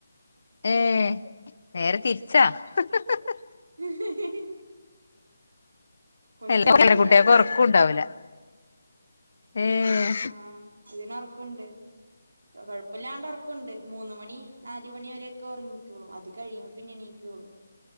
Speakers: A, on the left; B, on the right.
A: ഏ നേരെ തിരിച്ചാ ഹ് ഹ് ഹ്
B: ഹി ഹി ഹി കൊച്ചറങ്ങും
A: എല്ലാ കുട്ടികൾക്ക്
B: ഞാനൊറങ്ങൂല
A: ഒറക്കം ഉണ്ടാവൂല ഏഹ്
B: ആഹ ഇതിനൊർക്കുണ്ട് കൊഴപ്പില്ലാഒറോകേണ്ട് ണ്ട് മൂന്നും മണി നാല് മണി വരെക്കെ ഉറങ്ങിക്കളൂ അത് കഴിയുമ്പോ പിന്നെണീക്കള്ളൂ